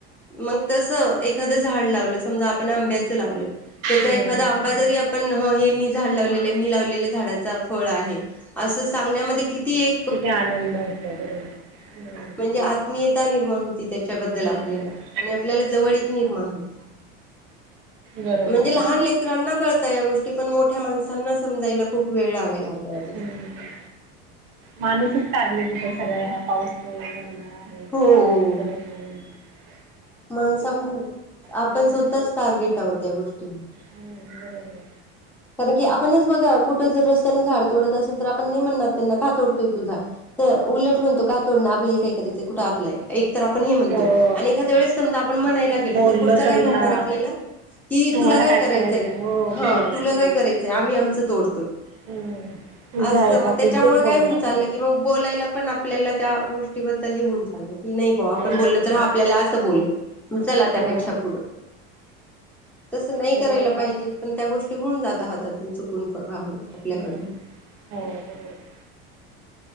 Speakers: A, in the centre; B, on the right.
A: मग तस एखादं झाड लावलं समजा आपण आंब्याच सलल त्याचा
B: हम्म,
A: एखादा आंबा जरी पण हे मी झाड लावलेलं आहे मी लावलेल्या झाडाचा फळ आहे असं सांगण्यामध्ये कि
B: किती आनंद होतो बरोबर आहे. हम्म,
A: म्हणजे आत्मीयता निर्माण पण होती त्याच्याबद्दल
B: हम्म,
A: आपल्याला
B: हम्म.
A: आणि आपल्याला जवळीक निर्माण होती
B: बरोबर.
A: म्हणजे लहान लेकरांना कळत या गोष्टी पण मोठ्या माणसांना समजायला खूप वेळ लागायला लागला या गोष्टी
B: हम्म माणूसच कारलेली तर सगळ्या ह्या पाऊस मूळे <unintelligible>
A: हो माणसामुळे आपण
B: हो
A: स्वतःच
B: ना.
A: टार्गेट आहोत त्या गोष्टी.
B: हम्म बरोबर.
A: कारण की आपणच बघा कुठ जर रस्त्याने झाड तोडत असेल तर आपण नाही म्हणणार त्यांना का तोडतोय तो झाड तर उलट म्हणतो का तोडण आपल्याला काय करायचय कुठ आपलय एक तर आपण हे म्हणतोय
B: अ
A: आणि एखाद्या वेळेस समजा आपण म्हणायला गेलो
B: बोललो
A: तर पुढ काय
B: तरी
A: म्हणणार
B: हा
A: आपल्याला कि
B: तुम्हाला
A: तुला काय करायचय
B: करायचंय हो
A: हा.
B: बरोबर आहे.
A: काय करायचय आम्ही आमच तोडतोय
B: हम्म तुझं
A: अस
B: आहे
A: म
B: का
A: त्याच्या
B: तुझे
A: मुळे काय
B: बोलणार
A: होऊन चाल की मग बोलायला पण आपल्याला त्या गोष्टीबद्दल हे होऊन चाल. कि नाही भाऊ आपण
B: हो
A: बोलल तर हा आपल्याला बोल. चला त्यापेक्षा
B: हो
A: पुढं. तस नाही
B: बरोबर
A: करायला
B: आहे.
A: पाहिजे पण त्या गोष्टी चुकून जात हातातून चुकून बावन आपल्याकडनं.
B: हम्म हो बरोबर आहे.